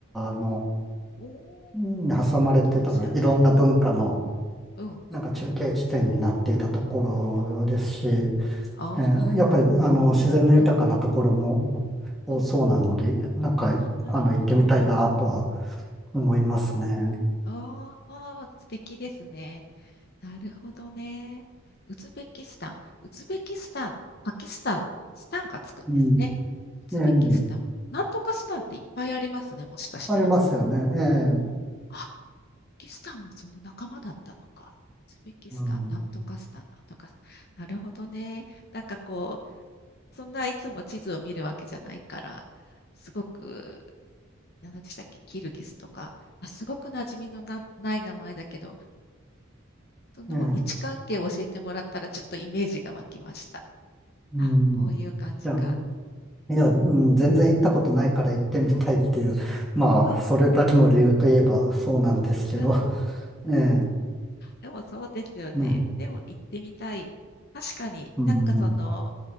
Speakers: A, in the centre; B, on the left.
A: の、
B: おー、
A: うんに挟まれて多分いろんな文化の
B: アジアとロシアの間。うん。
A: なんか中継地点になっていたところですし、え
B: ああ、
A: ーやっぱりあの自然の豊かなところも多そうなので、
B: うん、うん。
A: なんかあの行ってみたいなとは
B: あ、なるほど。
A: 思いますね。
B: あーあー、素敵ですね。なるほどね。ウズベキスタン、ウズベキスタン、パキスタン、スタンがつくんですね。
A: う
B: ウズベキスタン。
A: ん。ええ
B: なんとかスタンっていっぱいありますね、もしかしたら。
A: ありますよね。ええ
B: うんあ、パキスタンもその仲間だったのか。ウズベキスタン、
A: うん。
B: なんとかスタン、なんとかスタン。なるほどね。なんかこう、そんないつも地図を見るわけじゃないから、すごく、何でしたっけ、キルギスとか、あすごく馴染みのな、ない名前だけど、その位置関係を教えてもらったら、
A: ええ
B: ちょっとイメージが湧きました。
A: うん。
B: あ、こういう感じか。
A: いやいや、うん、全然行ったことないから行ってみたいっていう、<laughs> まあ、
B: うん、
A: それだけの理由といえばそうなんですけど、
B: うん。
A: <laughs> ね
B: でもそうですよね。
A: え、ね
B: でも行ってみたい。確かになんかその、
A: うん、